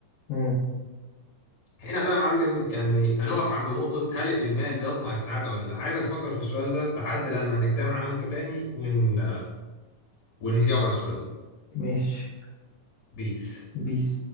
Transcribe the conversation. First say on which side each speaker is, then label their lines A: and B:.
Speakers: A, on the left; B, on the left.
A: امم
B: هنا بقى يا معلم يعني هنقف عند نقطة هل المال بيصنع السعادة ولا لا؟ عايزك تفكر في السؤال ده لحد لما نجتمع أنا وأنت تاني ون... ونجاوب على السؤال ده
A: ماشي
B: بيس
A: بيس